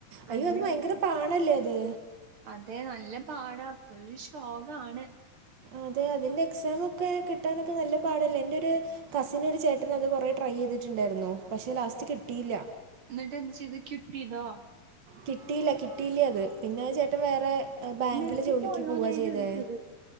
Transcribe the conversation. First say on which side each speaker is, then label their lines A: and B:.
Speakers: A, on the right; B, on the right.
A: അയ്യോ
B: അതിനാ
A: അത് ഭയങ്കര
B: പഠിക്കുന്നെ.
A: പാ ന്നല്ലേ അത്
B: അതെ നല്ല പാടാ ഫുള്ള് ശോകാണ്
A: അതെ അതിന്റെ എക്സമൊക്കെ കിട്ടാനൊക്കെ നല്ല പാടല്ലേ എന്റൊര് കസിന് ഒര് ചേട്ടന് അത് കൊറെ ട്രൈ ചെയ്തിട്ടുണ്ടായിരുന്നു പക്ഷെ ലാസ്റ്റ് കിട്ടിയില്ല
B: എന്നിട്ട് എന്ത് ചെയ്ത് ക്വിപ് ചെയ്തോ
A: കിട്ടില്ല കിട്ടില്ല്യത് പിന്നെ ആഹ് ചേട്ടൻ വേറെ ഏ ബാങ്കില്
B: നിർത്തിപ്പോയോന്നാ
A: ജോലിക്ക് പോവാ
B: ഞാൻ
A: ചെയ്തേ
B: ചോദിച്ചത്.